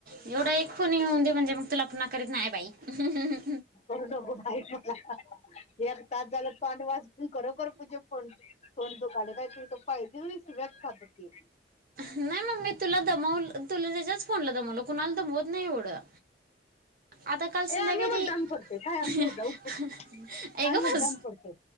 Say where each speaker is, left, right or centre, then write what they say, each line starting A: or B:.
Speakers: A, on the right; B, on the left.
A: एवढा एक फोन येऊन दे म्हणजे मग तुला पुन्हा करीत नाही बाई. ह ह.
B: करू नकोस बाई पुन्हा एक तास झालं तोंड वाजवुन खरोखर पुझे तोंड दुकालं बाई तुपाहिजे शिव्या खात -- ठी.
A: नाही मम्मे तुला दमवलं तुज्याचं फोनला दमवलं कुणाला दमवत नाही एवढं आता काल संध्याकाळी
B: ए आम्ही
A: ती
B: मुद्दाम
A: -- ए
B: करतोय काय आमचं उद्या उपट हा
A: ग
B: मुद्दाम
A: बस
B: करतोय